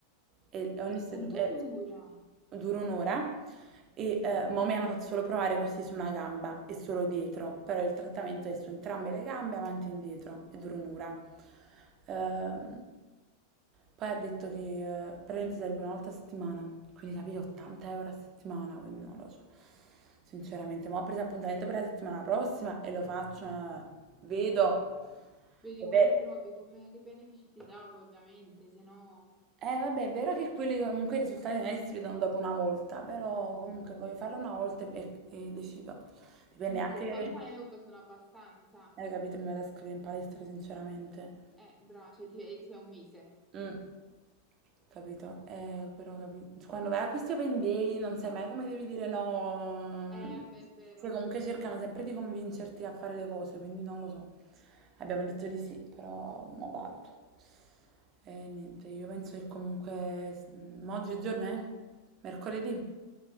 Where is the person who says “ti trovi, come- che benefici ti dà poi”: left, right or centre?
Centre